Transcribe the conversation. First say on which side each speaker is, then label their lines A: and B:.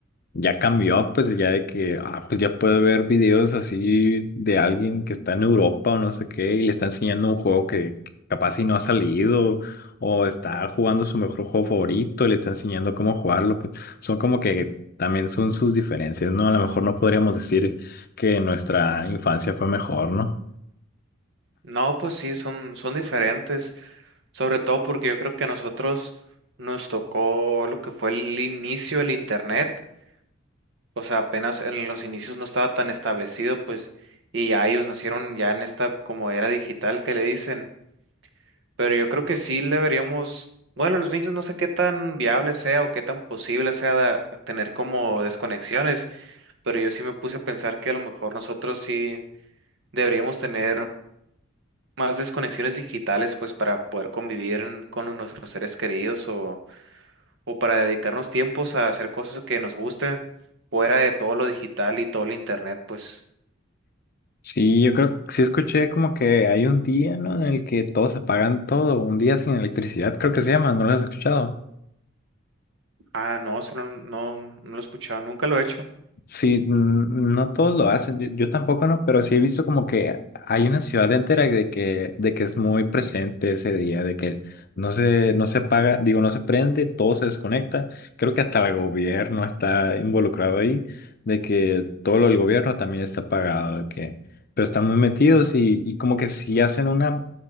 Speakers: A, on the left (about 50°); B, on the right (about 65°).
A: ya cambió, pues ya de que, ah, pues ya puede ver videos así de alguien que está en Europa o no sé qué y le está enseñando un juego que que capaz si no ha salido o está jugando su mejor juego favorito y le está enseñando cómo jugarlo, pues son como que también son sus diferencias, ¿no? A lo mejor no podríamos decir que nuestra infancia fue mejor, ¿no?
B: No, pues sí, son, son diferentes, sobre todo porque yo creo que a nosotros nos tocó lo que fue el inicio del internet o sea, apenas en los inicios no estaba tan establecido, pues, y ya ellos nacieron ya en esta como era digital que le dicen, pero yo creo que sí deberíamos, bueno, los niños no sé qué tan viable sea o qué tan posible sea da- tener como desconexiones, pero yo sí me puse a pensar que a lo mejor nosotros sí deberíamos tener más desconexiones digitales, pues, para poder convivir en- con nuestros seres queridos o, o para dedicarnos tiempos a hacer cosas que nos gusten fuera de todo lo digital y todo el internet, pues.
A: Sí, yo creo que sí escuché como que hay un día, ¿no? En el que todos apagan todo, un día sin electricidad, creo que se llama, ¿no lo has escuchado?
B: Ah, no, eso no, no, no lo he escuchado, nunca lo he hecho.
A: Sí, mm, no todos lo hacen, yo, yo tampoco no, pero sí he visto como que hay una ciudad entera de que, de que es muy presente ese día, de que no se, no se apaga, digo, no se prende, todo se desconecta. Creo que hasta el gobierno está involucrado ahí, de que todo lo del gobierno también está apagado, de que, pero están muy metidos y, y como que sí hacen una,